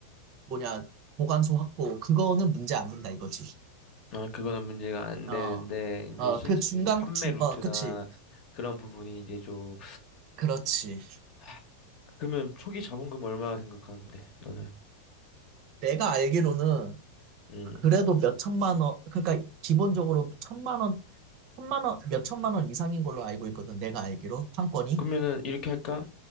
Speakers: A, on the right; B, on the left.
A: 뭐냐, 보관소 확보, 그거는 문제 안 된다 이거지.
B: 아, 그거는 문제가 안
A: 어,
B: 되는데,
A: 어,
B: 이제 실제
A: 그 중간,
B: 이 판매
A: 중,
B: 루트나
A: 어, 그치.
B: 그런 부분이 이제 좀,
A: 그렇지.
B: 아, 그러면 초기 자본금 얼마 생각하는데, 너는?
A: 내가 알기로는
B: 음.
A: 그래도 몇 천만 원, 그러니까 기본적으로 천만 원, 천만 원, 몇 천만 원 이상인 걸로 알고 있거든. 내가 알기로. 판권이.
B: 그러면은 이렇게 할까?